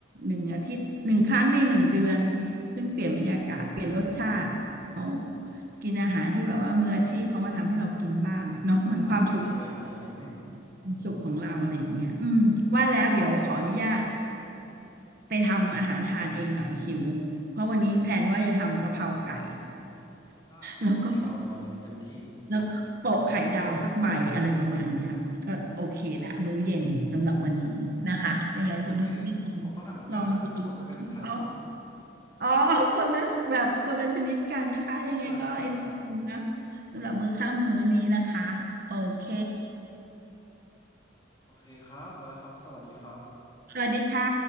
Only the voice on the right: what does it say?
หนึ่งอาทิตย์หนึ่งครั้งในหนึ่งเดือนซึ่งเปลี่ยนบรรยากาศเปลี่ยนรสชาติเอากินอาหารที่แบบว่ามืออาชีพเขามาทำให้เรากินบ้างเนาะเหมือนความสุข
ความสุขของเราอะไรอย่างเงี้ยอืมว่าแล้วเดี๋ยวขออนุญาตไปทำอาหารทานเองหน่อยหิวเพราะวันนี้แพลนว่าจะทำกะเพราไก่
แล้วก็ แล้วโปะไข่ดาวสักใบอะไรประมาณเนี้ยก็โอเคละมื้อเย็นสำหรับวันนี้นะคะยังไงคุณโทนี่ลอง
ลองดูอ๋ออ๋อคนละแบบคนละชนิดกันนะคะยังไงก็เอนจอยนะ
สำหรับมื้อค่ำมื้อนี้นะคะโอเค
สวัสดีค่ะ